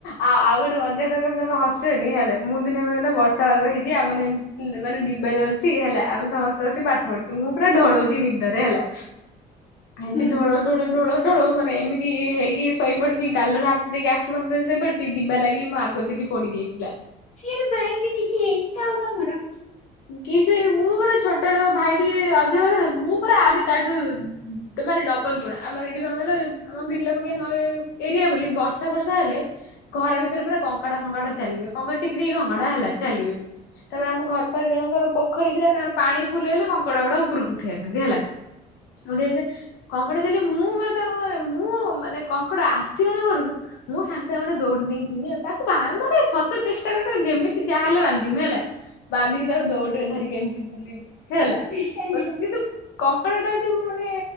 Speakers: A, on the left; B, on the left.
A: ଆଉ ଆଉ ଗୋଟେ ମଜା କଥା କହିବି ତମକୁ ହସିବନି ହେଲା। ମୁଁ ଦିନେ କହିଲେ ବର୍ଷା ପାଗ ହେଇଚି ଆମର ଏମତି ମାନେ ଡିବା ଚାଲିଚି ହେଲା ଆମେ ସମସ୍ତେ ବସିକି ପାଠ ପଢୁଚୁ। ମୁଁ ପୁରା ଢଳଉଚି ନିଦାରେ ହେଲା। ଏମିତି
B: ହୁଁ
A: ଢଳଉ ଢଳଉ ଢଳଉ ଢୋଳଉ ମାନେ ଏମିତି ହେଇକି ସହି ପଡିଚି ଗାଲର ହାତ ଦେଇକା ଆଖି ବନ୍ଦ କରିକି ଶୋଇ ପଡିଚି ଡିବା ଲାଗି ମୋ ଆଗ ଚୁଟି ପୋଡିଯାଇଥିଲା।
B: ସେ ବାଇରେ କିଛି ଏମିତି ଆଉ ତମର
A: କି ସେ ମୁଁ ପୁରା ଛୋଟବେଳୁ ଭାଇ ଟିକେ ଅଧିକ ମୁଁ ପୁରା ଆଠୁ ତାଠୁ ମାନେ ଡବଲ ଗୁଣ ଆମର ଏଇଠି କଣ କହଲେ ଯଉ ଆମ ବିଲ ପାଖେ ନଇ ଏରିଆ ବୋଲି ବର୍ଷା ବର୍ଷା ବର୍ଷା ହେଲେ ଘର ଭିତରେ ପୁରା କଙ୍କଡା ଫଙ୍କଡା ଚାଲିବ କଙ୍କଡ଼ା ଟିକ ଟିକି କଙ୍କଡା ହେଲା ଚାଲିବେ। ତାପରେ ଆମ ଘର ପାଖ ଜଣଙ୍କର ପୋଖ ରୀ ଥିଲା ତାଙ୍କର ପାଣି ଫୁଲ ହେଲେ କଙ୍କଡ଼ା ଗୁଡା ଉପରକୁ ଉଠି ଆସନ୍ତି ହେଲା। ଗେସେ କଙ୍କଡ଼ା ଦେଲେ ମୁଁ ମାନେ ତାକୁ ରେ ମୁଁ ମାନେ କଙ୍କଡ଼ା ଆସିବନି ଘରକୁ ମୁଁ ସାଙ୍ଗେ ସାଙ୍ଗେ ଗୋଟେ ଦୌଡି ନେଇ ଯିମି ଆଉ ତାକୁ ମାନେ ସତ ଚେଷ୍ଟା କଲେ ଯେମିତି ଯାହାହେଲେ ବାନ୍ଧିମି ହେଲା। <inaudible> ବାନ୍ଧିକି ତାକୁ ଦୌଡିରେ ଧରିକି ଏମିତି ବୁଲିବି ହେଲା
B: ହୁଁ।
A: କିନ୍ତୁ କଙ୍କଡ଼ଟା ମୁଁ ମାନେ